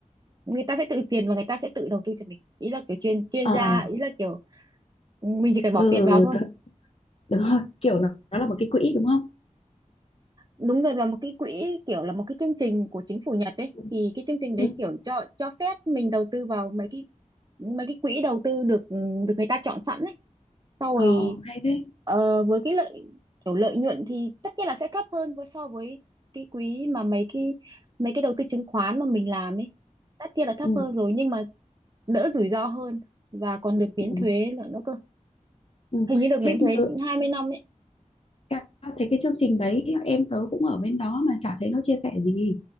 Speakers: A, on the right (about 30°); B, on the left (about 45°).
A: người ta sẽ tự tiền và người ta sẽ tự đầu tư cho mình ý là kiểu chuyên chuyên
B: ờ
A: gia ý là kiểu mình chỉ cần bỏ
B: ừ,
A: tiền
B: ừ,
A: vào thôi
B: tớ, đúng rồi kiểu nó, nó là một cái quỹ đúng không
A: đúng rồi là một cái quỹ kiểu là một cái chương trình của chính phủ Nhật ấy
B: ừ,
A: thì cái chương trình
B: ừ,
A: đấy kiểu cho cho phép mình đầu tư vào mấy cái mấy cái quỹ đầu tư được được người ta chọn sẵn ấy sau
B: ờ,
A: rồi
B: hay thế
A: ờ, với cái lợi kiểu lợi nhuận thì tất nhiên là sẽ thấp hơn với so với cái quỹ mà mấy cái mấy cái đầu tư chứng khoán mà mình làm ấy tất nhiên là thấp
B: ừ,
A: hơn rồi nhưng mà đỡ rủi ro hơn và còn được miễn
B: ừ,
A: thuế nữa cơ
B: ừ.
A: hình như được
B: thế
A: miễn thuế
B: đ-
A: 20 năm ấy
B: ca- thấy cái chương trình đấy em tớ cũng ở bên đó mà chả thấy nó chia sẻ gì